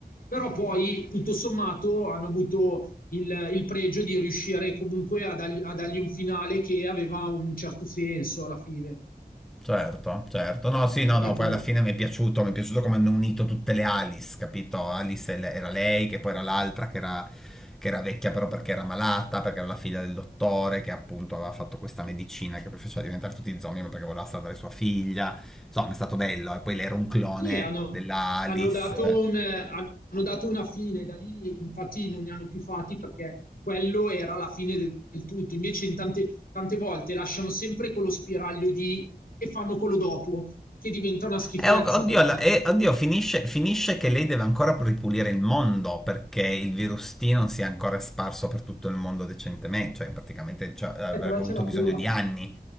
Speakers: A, on the left; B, in the centre.
A: Però poi, tutto sommato, hanno avuto il, il pregio di riuscire comunque a dargli, a dargli un finale che aveva un certo senso alla fine,
B: Certo, certo. No, sì,
A: perché
B: no, no,
A: comunque
B: poi alla fine mi è piaciuto, mi è piaciuto come hanno unito tutte le Alice, capito? Alice e le- era lei, che poi era l'altra che era, che era vecchia però perché era malata, perché era la figlia del dottore, che appunto aveva fatto questa medicina che poi faceva diventare tutti zombie, ma perché voleva salvare sua figlia. Insomma, è stato bello. E poi lei era un clone
A: Sì, hanno,
B: della Alice.
A: hanno dato un- hanno dato una fine, da lì infatti non ne hanno più fatti perché quello era la fine del, del tutto. Invece in tante, tante volte lasciano sempre quello spiraglio di e fanno quello dopo, che diventa una schifezza
B: Eh, ok, oddio,
A: perché
B: la- eh, oddio, finisce, finisce che lei deve ancora ripulire il mondo perché il virus T non si è ancora sparso per tutto il mondo decentemente, cioè praticamente cioè, avrebbe
A: eh, però c'è
B: avuto
A: la cura.
B: bisogno di anni,